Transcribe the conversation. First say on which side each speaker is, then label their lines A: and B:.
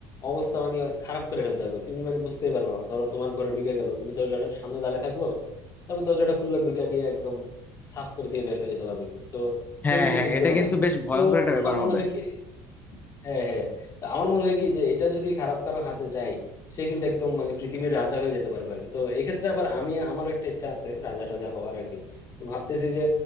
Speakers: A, on the left (about 40°); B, on the left (about 20°).
A: অবস্থা মানে খারাপ করে ফেলতে পারবে তুমি মানে বুঝতেই পারবে না ধরো তোমার ঘরে ঢুকে গেল তুমি দরজাটা সামনে দাঁড়ায় থাকলো তারপর দরজাটা খুললো ঢুকে গিয়ে একদম সাফ করে দিয়ে বের হয়ে যেতে পারবে কিন্তু তো
B: হ্যাঁ
A: কেউ কিন্তু
B: হ্যাঁ
A: বুঝবেও
B: এটা কিন্তু
A: না
B: বেশ ভয়ঙ্কর
A: তো
B: একটা ব্যাপার
A: আমার মনে
B: হবে
A: হয় কি হ্যাঁ হ্যাঁ তো আমার মনে হয় কি যে এটা যদি খারাপ কারো হাতে যায় সে কিন্তু একদম মানে পৃথিবীর রাজা হয়ে যেতে পারবে আর কি তো এক্ষেত্রে আবার আমি আমারও একটা ইচ্ছা আছে রাজা টাজা হওয়ার আর কি তো ভাবতেছি যে